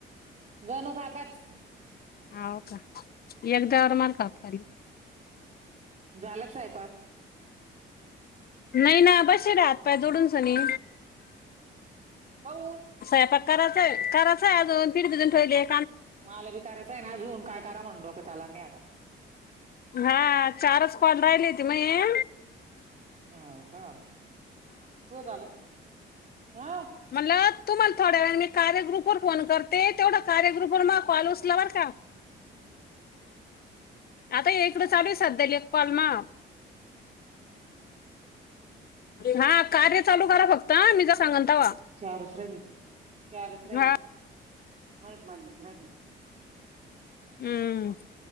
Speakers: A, on the right; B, on the left.
A: गणू काकाच.
B: हव का एकदा वर मार का फरी.
A: झालं का स्वयंपाक?
B: नाही ना बसेलये ना हात पाय जोडून सनी.
A: कोवूण?
B: स्वयंपाक करायचाय कराचाय अजून पीठ भजून ठेवेले.
A: मला बी करायच आहे ना आजुन काय करावा म्हणून डोक चालना आता.
B: हा चारच कॉल राहिलत माये.
A: हाव का हो झाल हा.
B: म्हणल तुम्हाला थोड्या वेळाने मी. कार्यग्रुप वर फोन करते तेवढा कार्यग्रुप वर मग कॉल उचला बर का? आता ऐकड चालू आहे सध्या एक कॉल मा. हा कार्य चालू करा फक्त. हा, मी जा सांगन तवा
A: चारच रहिले चारच राहिल
B: हा
A: माये पाचच राहिले.
B: हम्म